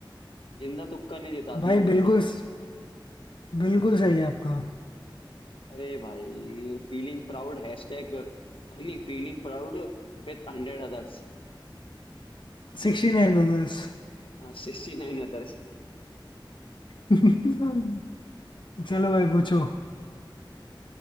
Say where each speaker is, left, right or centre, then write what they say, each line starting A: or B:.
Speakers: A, on the left; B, on the left.
A: जिंदा तुक्का ने जिता
B: भाई
A: दिया मुझे
B: बिल्कुल
A: बताओ भाई
B: बिल्कुल सही है आपका
A: अरे भाई फीलिंग प्राउड हैशटैग नहीं फीलिंग प्राउड विथ हंड्रेड अदर्स
B: सिक्सटी नाइन दस
A: हाँ सिक्सटी नाइन अदर्स
B: <laughs> चलो भाई पूछो